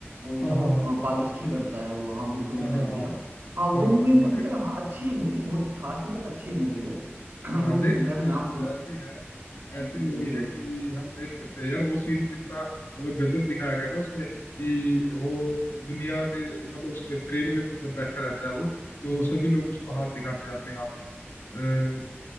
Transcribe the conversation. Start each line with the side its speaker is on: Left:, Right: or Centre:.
Right: और
Left: हाँ
Right: जो
Left: हाँ
Right: वो
Left: हाँ प्रभास
Right: पादमश्री
Left: की है
Right: करता है वो हाँ बिल्कुल मैं
Left: हाँ
Right: समझ
Left: हाँ
Right: गया
Left: हाँ हाँ हाँ
Right: हाँ वो
Left: पा,
Right: मूवी
Left: पाम
Right: मतलब हाँ अच्छी है मूवी बहुत खास नहीं बट अच्छी है मूवी वो <clears throat> मैं
Left: हाँ देख सकते
Right: मैं भी नाम
Left: हैं मतलब
Right: भूल
Left: ऐसी है
Right: बिल्कुल
Left: ऐसी मूवी
Right: बिल्कुल
Left: है कि हम देख सकते हैं यार वो सीन कितना मतलब गजब दिखाया गया ना उसमें कि वो दुनिया के मतलब उसमें ट्रेन में जब बैठा रहता है वो तो सभी लोग उसको हाथ दिखाते हैं अपने हाथ अ,